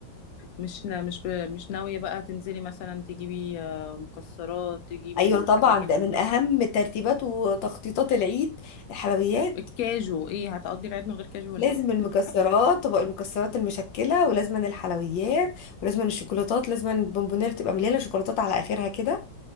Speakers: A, on the left; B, on the left.
A: مش نا... مش ب... مش ناويه بقى تنزلي مثلا تجيبي آه، مكسرات تجيبي
B: ايوه طبعا
A: الحاجات دي
B: ده
A: كلها
B: من اهم ترتيبات وتخطيطات العيد الحلويات
A: الكاجو ايه هتقضي العيد من غير كاجو ولا
B: لازم
A: ايه
B: المكسرات طبق المكسرات المشكلة ولازم الحلويات ولازم الشوكولاتات لازم البونبونير تبقى مليانة شوكولاتات على اخرها كده